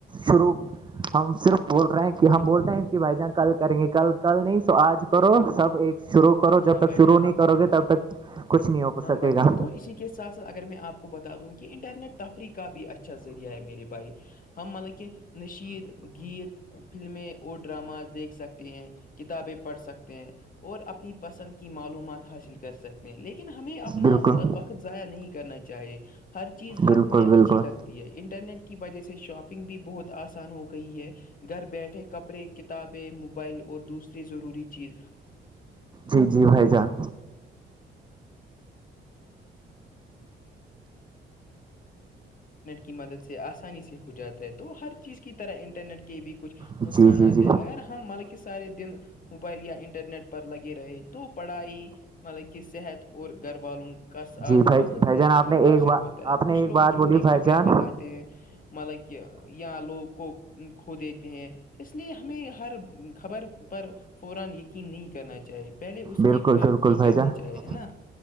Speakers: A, on the right; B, on the left.
A: شروع ہم صرف بول رہے ہیں کہ ہم بولتے ہیں کہ بھائی جان کل کریں گے کل کل نہیں سو آج کرو سب ایک شروع کرو
B: ہاں
A: جب
B: بھائی
A: تک شرو
B: جان
A: نہیں کرو گے تب تک کچھ نہیں ہو
B: ہاں
A: سکے
B: بھ جان
A: گا
B: تو اسی کے ساتھ ساتھ اگر میں آپ کو بتا دوں کہ انٹرنیٹ تفریح کا بھی اچھا ذریعہ ہے میرے بھائی ہم مطلب کہ نشیید گیت فلمیں اور ڈراماز دیکھ سکتے ہیں کتابیں پڑھ سکتے ہیں اور اپنی پسند کی معلومات حاصل کر سکتے ہیں لیکن ہمیں اپنا
A: بالکل
B: وقت ضائع نہیں کرنا چاہیے ہر چیز حد
A: بالکل
B: میں اچھی
A: بالکل
B: لگتی ی ہے انٹرنیٹ کی وجہ سے شاپنگ بھی بہت آسان ہو گئی ہے گھر بیٹھے کپڑے کتابیں موبائل اور دوسری ضروری چیز
A: جی جی بھائی جان
B: <inaudible> <unintelligible> مدد سے آسانی سے ہو جاتا ہے تو ہر چیز کی طرح انٹرنیٹ کے بھی کچھ
A: جی
B: نقصانات
A: جی جی
B: ہے اگر ہم حالانکہ سارے دن موبائل یا انٹرنیٹ پر لگے رہے تو پڑھائی مطلب کہ صحت اور گھر والوں کا ساتھ
A: جی بھائی
B: وقت
A: بھائی جان
B: ملک
A: آپ
B: متاثر
A: نے ایک بات
B: ہوتا ہے
A: آپ
B: کچھ
A: نے ایک
B: لوگ
A: بات
B: جھوٹی
A: بولی بھائی
B: خبریں
A: جان
B: پھیلاتے ہیں مطلب کہ یہاں لوگ کو کھو دیتے ہیں اس لیے ہمیں ہر خبر پر فو یقین نہیں کرنا چاہیے پہلے اس
A: بالکل
B: کی ترقی
A: بالکل فائی
B: کرنی
A: جہ
B: چاہیے ہے نا